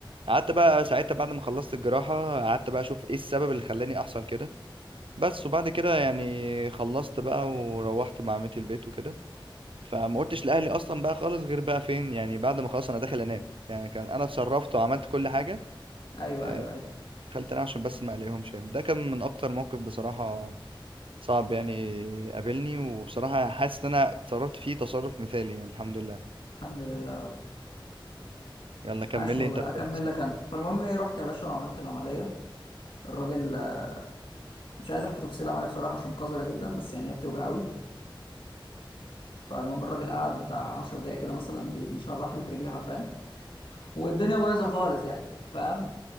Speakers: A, on the right; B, on the left.
A: قعدت بقى ساعتها بعد ما خلصت الجراحة قعدت بقى أشوف إيه السبب اللي خلاني أحصل كده بس وبعد كده يعني خلصت بقى وروحت مع عمتي البيت وكده فما قلتش لأهلي أصلا بقى خالص غير بقى فين يعني بعد ما خلاص أنا داخل أنام يعني كان أنا اتصرفت وعملت كل حاجة
B: ايوه
A: آه،
B: ايوه ايوه
A: خلت انا عشان بس ما عليهمش يعني ده كان من اكتر موقف بصراحة صعب يعني قابلني وبصراحة حاسس ان انا اتصرفت فيه تصرف مثالي يعني الحمد لله
B: الحمد لله يا رب
A: يلا كمل
B: عاش
A: لي
B: والله
A: انت بقى
B: اكمل
A: اللي حصل.
B: لك انا فالمهم إيه، رحت يا باشا وعملت العمليه الراجل آه، مش عايز احكي تفاصيل العمليه بصراحه عشان قذره جدا بس يعني هي بتوجع قوي فالمهم الراجل قعد بتاع 10 دقايق كده مثلا بي- بيشرح لي في رجلي حرفيا والدنيا بايظه خالص يعني فاهم